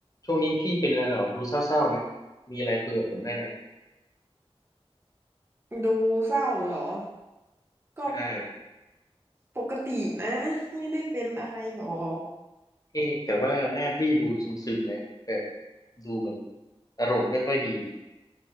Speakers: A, on the left; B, on the right.
A: ช่วงนี้พี่เป็นอะไรเหรอดูเศร้าๆนะมีอะไรคุยกับผมได้นะ
B: ดูเศร้าเหรอ ก็
A: ใช่
B: ปกตินะ ไม่ได้เป็นอะไรหรอก
A: เอ๊ะแต่ว่าหน้าพี่ดูซึมๆนะแบบดูเหมือนอารมณ์ไม่ค่อยดี